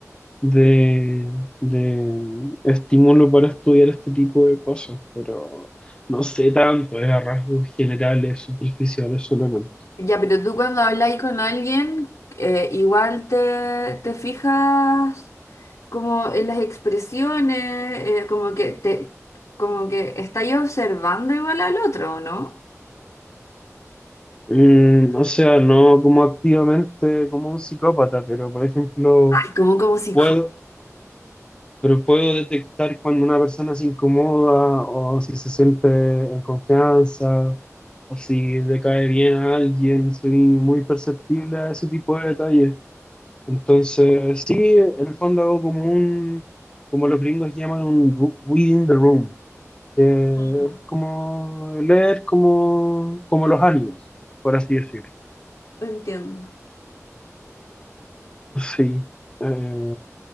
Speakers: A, on the left; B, on the left.
A: de, de estímulo para estudiar este tipo de cosas, pero no sé tanto, es a rasgos generales, superficiales solamente.
B: Ya, pero tú cuando habláis con alguien, eh, igual te, te fijas como en las expresiones, eh, como que te, como que estáis observando igual al otro, ¿no?
A: Mm, o sea, no como activamente como un psicópata, pero por ejemplo,
B: Ay, como como psicólogo.
A: puedo, pero puedo detectar cuando una persona se incomoda o si se siente en confianza o si le cae bien a alguien. Soy muy perceptible a ese tipo de detalles. Entonces, sí, en el fondo hago como un, como los gringos llaman un ru- reading the room, que
B: Mm,
A: es como leer como, como los ánimos, por así decirlo.
B: Entiendo.
A: Sí, eh,